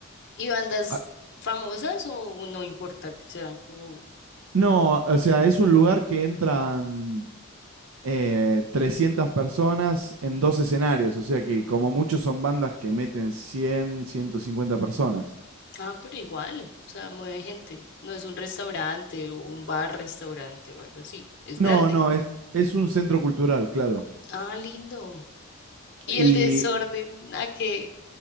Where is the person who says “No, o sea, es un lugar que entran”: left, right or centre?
Right